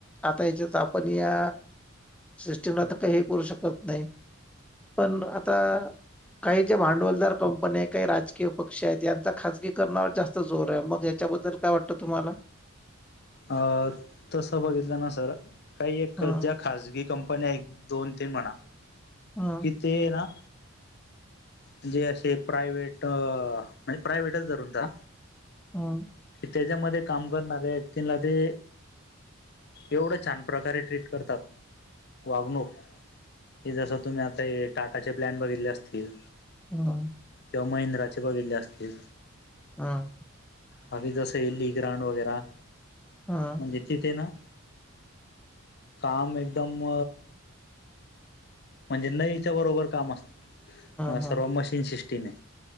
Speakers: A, in the centre; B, on the left (about 50°).
A: आता ह्याच्यात आपण या सिस्टीमला तर काही हे करू शकत नाही पण आता काही जे भांडवलदार कंपन्या आहेत, काही राजकीय पक्ष आहेत, यांचा खासगीकरणावर जास्त जोर आहे मग याच्याबद्दल काय वाटतं तुम्हाला.
B: अ तस बघितलं ना सर काही एक
A: हं,
B: जॅक खाजगी कंपन्या एक दोन तीन म्हणा.
A: हं.
B: कि ते ना. म्हणजे असे प्रायव्हेट म्हणजे प्रायव्हेटच धरून चला.
A: हम्म.
B: त्याच्यामध्ये काम करणारे व्यक्तींला ते एवढं छान प्रकारे ट्रीट करतात वागणूक हे जसं तुम्ही आता हे टाटाचे प्लॅन बघितले असतील.
A: हं.
B: किंवा महिंद्राचे बघितले असतील.
A: हं.
B: बाकी जसे लेग्रंराड वगैरा.
A: हा.
B: म्हणजे तिथे ना काम एकदम म्हणजे नईच्या बरोबर काम असतं.
A: हं, हं.
B: सर्व मशीन सिस्टीम आहे.